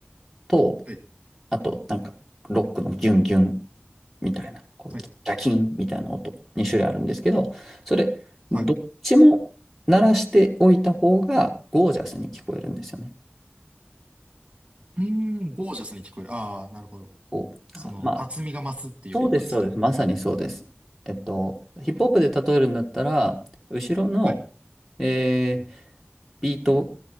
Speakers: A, in the centre; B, on the right.
A: と、
B: はい、
A: あと、なんか、ロックのギュンギュンみたいな、こう、
B: はい、
A: ジャキンみたいな音、2種類あるんですけど、それ、どっちも鳴らしておいた方が、
B: はい。う
A: ゴージャスに聞こえるんですよね。
B: ーん、ゴージャスに聞こえる。ああ、なるほど。
A: こう、
B: その厚みが増すっていうことですか
A: あ、まあ、そうです、そうです。まさにそうです。えっと、ヒップホップで例えるんだったら、後ろの、
B: はい。
A: えービート